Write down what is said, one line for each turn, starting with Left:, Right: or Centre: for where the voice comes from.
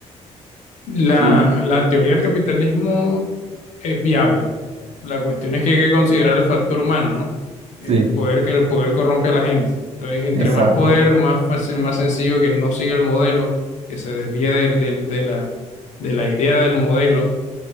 Left: la,
Right: Sí,
Left: la teoría del capitalismo es viable. La cuestión es que hay que considerar el factor humano, ¿no? El
Right: sí,
Left: poder que el poder corrompe a la gente. Entonces, entre
Right: exacto.
Left: más poder, más fácil, más sencillo que no siga el modelo, que se desvíe del, del- de la, de la idea del modelo